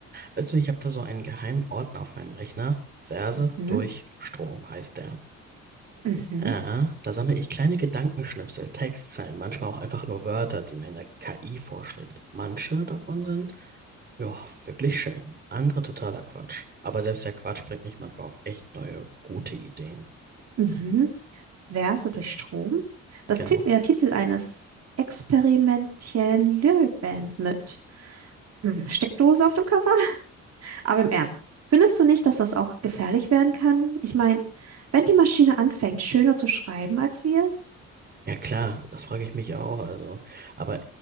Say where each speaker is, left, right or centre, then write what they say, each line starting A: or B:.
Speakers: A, on the right; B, on the right.
A: Weißt du, ich habe da so einen geheimen Ordner auf meinem Rechner. Verse
B: Mhm,
A: durch Strom heißt der.
B: mhm,
A: Ja, da sammle ich kleine Gedankenschnipsel, Textzeilen, manchmal auch einfach nur Wörter, die mir eine KI vorschlägt. Manche davon sind, ja, wirklich schön. Andere totaler Quatsch. Aber selbst der Quatsch bringt mich manchmal auf echt neue, gute Ideen.
B: mhm. Verse durch Strom? Das
A: Genau.
B: klingt wie der Titel eines experimentellen Lyrikbands mit hm, Steckdose auf dem Cover. <laughs> Aber im Ernst, findest du nicht, dass das auch gefährlich werden kann? Ich meine, wenn die Maschine anfängt, schöner zu schreiben als wir?
A: Ja klar, das frage ich mich auch. Also, aber